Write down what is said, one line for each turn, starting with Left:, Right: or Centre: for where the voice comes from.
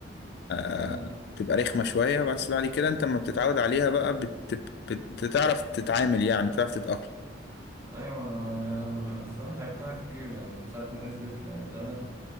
Left: آه
Right: امم
Left: بتبقى رخمة شوية بس بعد كده انت لما بتتعود عليها بقى بت... بت- بتعرف تتعامل يعني بتعرف تتأقلم
Right: ايوه انا انا أنا- أنا الصراحة لعبتها كتير يعني من ساعة ما نزلت لعبتها